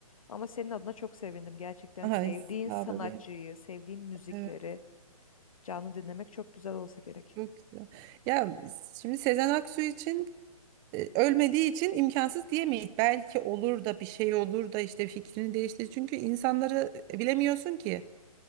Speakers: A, on the left; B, on the right.
A: Ama senin adına çok sevindim gerçekten.
B: Ay
A: Sevdiğin
B: sağ
A: sanatçıyı,
B: ol bebeğim.
A: sevdiğin müzikleri
B: Evet,
A: canlı dinlemek çok güzel olsa gerek.
B: çok güzel. Ya şimdi Sezen Aksu için e, ölmediği için imkansız diyemeyiz. Belki olur da bir şey olur da işte fikrini değiştir. Çünkü insanları bilemiyorsun ki.